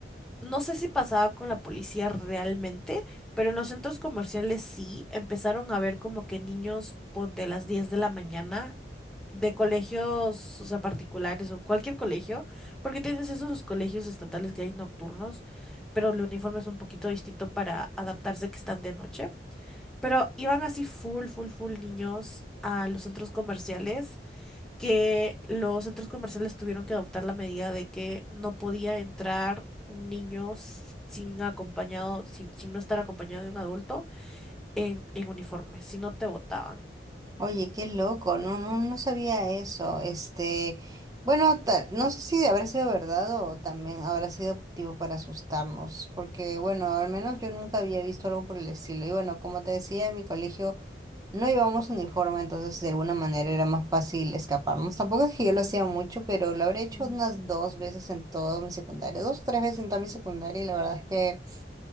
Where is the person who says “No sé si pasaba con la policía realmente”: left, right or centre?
Centre